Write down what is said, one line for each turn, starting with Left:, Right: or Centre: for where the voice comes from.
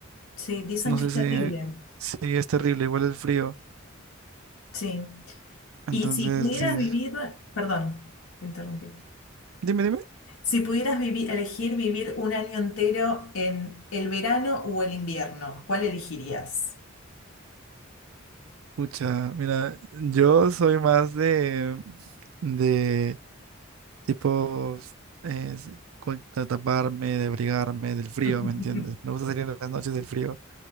Left: sí, dicen
Right: No
Left: que
Right: sé
Left: es terrible.
Right: si, si es terrible, igual el frío.
Left: Sí.
Right: Entonces,
Left: Y si pudieras
Right: sí.
Left: vivir, perdón, te interrumpí.
Right: Dime, dime.
Left: Si pudieras vivi- elegir vivir un año entero en el verano o el invierno, ¿cuál elegirías?
Right: Pucha, mira, yo soy más de, de tipos, eh, col- de taparme, de abrigarme del frío,
Left: <laughs>
Right: ¿me entiendes? Me gusta salir en las noches del frío.